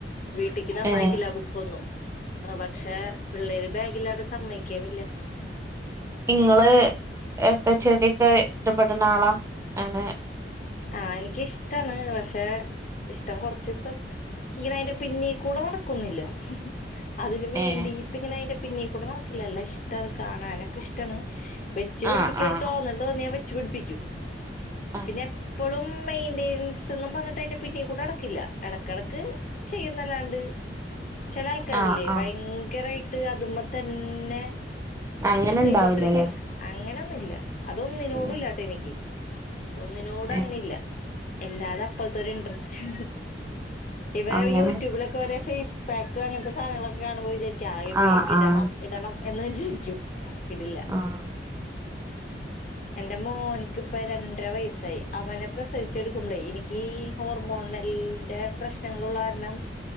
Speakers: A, on the left; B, on the right.
A: വീട്ടി ക്ക് തന്നയക്കില്ല
B: ഏഹ്
A: ബുക്കൊന്നും പക്ഷെ പിള്ളേര് ബാഗിലാട് സമ്മയ്ക്കേം ഇല്ല
B: ഇങ്ങള് എത്ത ചെട്യക്കെ ഇഷ്ടപ്പെടണാളാ ആ <unintelligible>
A: ആഹ് എനിക്ക്ഷ്ടാണ് പക്ഷെ ഇഷ്ടം കൊർച്ചീസം ഇങ്ങനെ അയ്ന്റെ പിന്നീ കൂടെ നടക്കൊന്നുല്ല അതിന് വേണ്ടി
B: ഏഹ്
A: ട്ട് ങ്ങനെ അയ്ന്റെ പിന്നീ കൂടെ നടക്കില്ല എല്ല ഇഷ്ടണ് കാണാനെക്കെഷ്ടാണ് വെച്ച് പിടിപ്പിക്കൊരു
B: ആഹ് ആഹ്
A: തോന്ന തോന്ന്യാ വെച്ച് പിടിപ്പിക്കും
B: ഏഹ്
A: പിന്നെ പ്പളും മെയിന്റൻസ് ന്നും പർഞ്ഞിട്ട് അയ്ന്റെ പിന്നീകൂടെ നടക്കില്ല എടക്കെടക്ക് ചെയ്യുന്നല്ലാണ്ട് ചെലാൾക്കാരില്ലേ
B: ആഹ് ആഹ്
A: ഭയങ്കരായിട്ട് അത് മ്മേ തന്നെ
B: അങ്ങനെ
A: ചെയ്തൊണ്ടിരിക്ക്ണ്
B: ഇണ്ടാവില്ലല്ലേ
A: അങ്ങനൊന്നുല്ല അതൊന്നിനോടുല്ലാട്ടൊ
B: ഉം
A: എനിക്ക് ഒന്നിനോടങ്ങനെല്ല
B: ഏഹ്
A: എല്ലാതപ്പൾത്തൊരിൻട്രസ്റ്റ്. ഇവ
B: അങ്ങനെ
A: യൂട്യൂബിലൊക്കൊരേ ഫേസ്പാക്ക് അങ്ങൻത്തെ സാധൻങ്ങളൊക്കെ കാണുമ്പോ വിചാരിക്കും അയ് പി
B: ആഹ്
A: ഇടണം
B: ആഹ്
A: ഇടണം എന്ന് വിചാരിക്കും. ഇടില്ല
B: ആഹ്
A: എന്റെ മോൻക്കിപ്പ രണ്ടര വയസ്സായി അവനെ പ്രസവിച്ചട്ക്കുമ്പളേ എനിക്കീ ഹോർമോണൽന്റെ പ്രശ്നങ്ങളുള്ള കാരണം